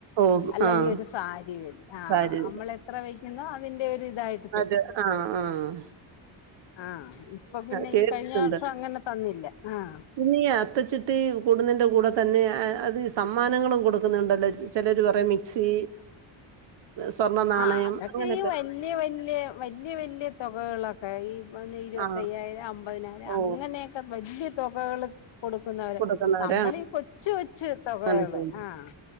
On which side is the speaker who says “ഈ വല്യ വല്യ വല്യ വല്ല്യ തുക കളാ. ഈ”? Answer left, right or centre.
Left